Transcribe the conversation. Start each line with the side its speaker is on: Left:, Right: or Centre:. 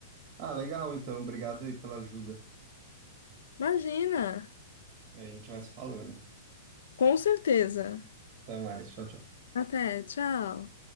Right: Ah, legal, então. Obrigado aí pela ajuda.
Left: Imagina!
Right: A gente vai se falando.
Left: Com certeza.
Right: Até mais. Tchau, tchau.
Left: Até, tchau.